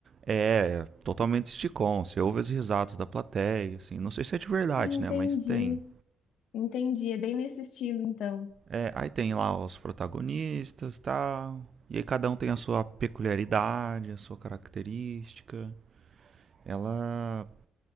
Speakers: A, on the right; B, on the left.
A: É é totalmente sitcom, você ouve as risadas da plateia, assim, não sei se é de verdade,
B: Entendi,
A: né, mas tem.
B: entendi. É bem nesse estilo, então.
A: É, aí tem lá os protagonistas, e tal. E aí cada um tem a sua peculiaridade, a sua característica. Ela